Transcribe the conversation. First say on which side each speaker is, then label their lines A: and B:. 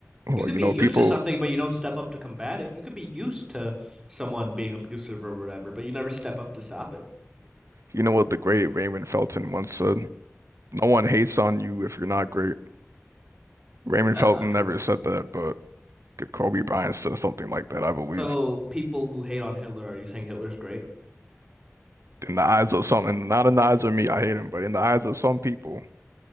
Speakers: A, on the right; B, on the right.
A: Well,
B: you could
A: you
B: be
A: know,
B: used
A: people,
B: to something, but you don't step up to combat it. You could be used to someone being abusive or whatever, but you never step up to stop it.
A: you know what the great Raymond Felton once said? No one hates on you if you're not great. Raymond
B: That's
A: Felton
B: not true.
A: never said that, but Kobe Bryant said something like that, I believe.
B: So people who hate on Hitler, are you saying Hitler's great?
A: In the eyes of some, and not in the eyes of me, I hate him, but in the eyes of some people,